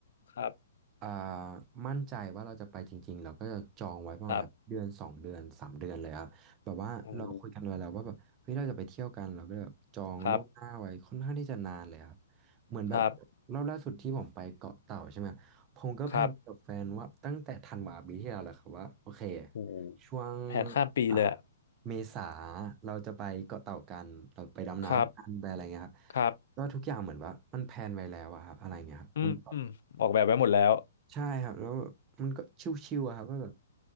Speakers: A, on the left; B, on the right.
A: ครับ
B: อ่ามั่นใจว่าเราจะไปจริงๆเราก็จะจองไว้ประมาณแบบเดือนสองเดือนสามเดือนเลยครับแบบว่าเราคุยกันไว้แล้วว่าแบบเฮ้ยเราจะไปเที่ยวกันเราก็เลยแบบจองล่วงหน้าไว้ค่อนข้างที่จะนานเลยครับ
A: ครับโอ้ครับ
B: เหมือนแบบ
A: ครับ
B: รอบล่าสุดที่ผมไปเกาะเต่าใช่ไหมผมก็แพลนกับแฟนว่าตั้งแต่ธันวาปีที่แล้วแหละครับว่าโอเค
A: ครับโอ้
B: ช่วง
A: แผนข้ามปีเลยอะ
B: อ่าเมษาเราจะไปเกาะเต่ากันเราไปดำน้ำกันไปอะไรเงี้ยครับ
A: ครับครับ
B: ก็ทุกอย่างเหมือนว่ามันแพลนไว้แล้วอะครับอะไรเงี้ยครับมัน
A: อืมอมออกแบบไว้หมดแล้ว
B: ใช่ครับแล้วแบบมันก็ชิวๆอะครับว่าแบบ